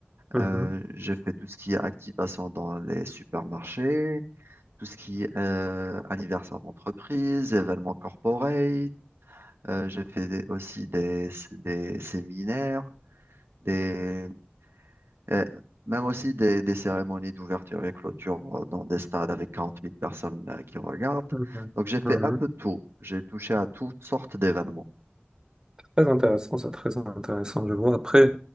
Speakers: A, on the right; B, on the right.
A: Mhm.
B: Euh, j'ai fait tout ce qui est activation dans les supermarchés, tout ce qui est euh, anniversaire d'entreprise, événements corporate. Euh, j'ai fait des- aussi des, des séminaires des, euh, même aussi des, des cérémonies d'ouverture et clôture euh, dans des stades avec 40 000 personnes euh, qui regardent.
A: Mhm.
B: Donc j'ai fait
A: Mhm.
B: un peu de tout. J'ai touché à toutes sortes d'événements.
A: C'est Très intéressant, c'est très intéressant, je vois. Après,